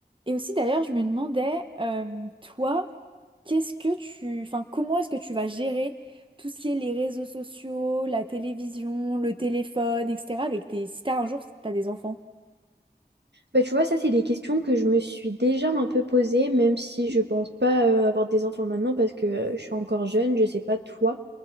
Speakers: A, on the right (about 30°); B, on the right (about 75°).
A: Et aussi d'ailleurs, je me demandais, euh, toi, qu'est-ce que tu, enfin, comment est-ce que tu vas gérer tout ce qui est les réseaux sociaux, la télévision, le téléphone, etc. avec tes, si t'as un jour, si t'as des enfants.
B: Bah, tu vois, ça, c'est des questions que je me suis déjà un peu posées, même si je pense pas euh, avoir des enfants maintenant parce que euh, je suis encore jeune, je sais pas toi.